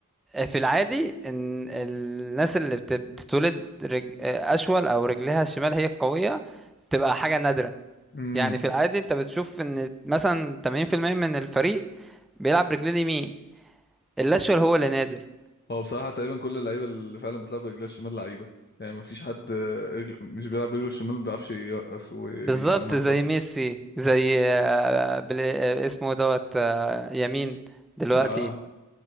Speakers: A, in the centre; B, on the left.
A: في العادي ان الناس اللي بت- بتتولد رج... اشول او رجلها الشمال هي القويه بتبقى حاجه نادره
B: امم
A: يعني في العادي انت بتشوف ان مثلا 80% من الفريق بيلعب برجليه اليمين الاشول هو اللي نادر
B: هو بصراحه تقريبا كل اللعيبه اللي فعلا بتلعب برجلها الشمال لعيبه يعني ما فيش حد آه، رجل- مش بيلعب برجله الشمال ما بيعرفش يرقص وينطط
A: بالظبط زي ميسي زي آه، بل... آه، اسمه دوت آه، يمين دلوقتي
B: اه